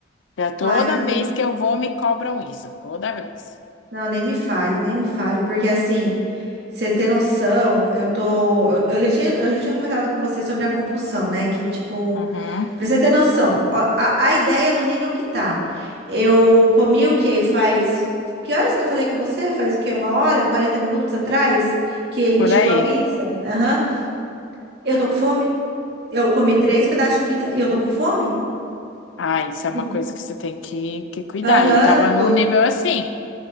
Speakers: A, on the left; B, on the right.
A: Já toda
B: Ai, nem me
A: vez que eu vou, me cobram isso, toda vez.
B: Não, nem me fale, nem me fale, porque assim, você ter noção, eu tô. Eu, eu já tinha, eu já tinha comentado com você sobre a compulsão, né? Que, tipo,
A: Uhum,
B: pra você ter noção, ó, a, a ideia no nível que tá. Eu comi o quê? Faz. Que horas que eu falei com você? Faz o quê? Uma hora? quarenta minutos atrás? Que
A: por
B: chegou
A: aí.
B: a pizza? Aham. Eu tô com fome. Eu comi três pedaços de pizza e eu tô com fome?
A: Ah, isso é uma
B: Do-
A: coisa que você tem que, que cuidar.
B: Aham,
A: Eu tava num nível assim.